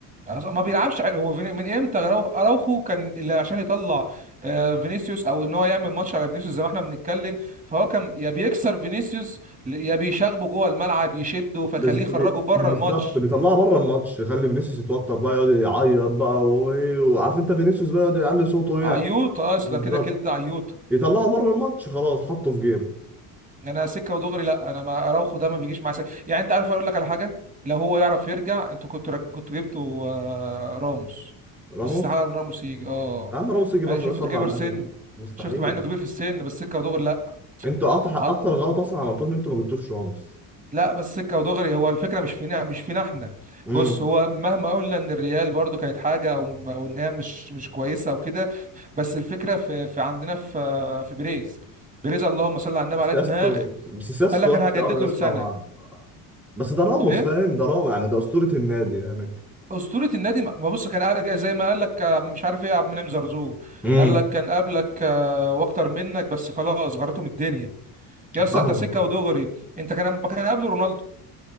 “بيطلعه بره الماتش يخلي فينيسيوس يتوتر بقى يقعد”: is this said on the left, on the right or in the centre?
Centre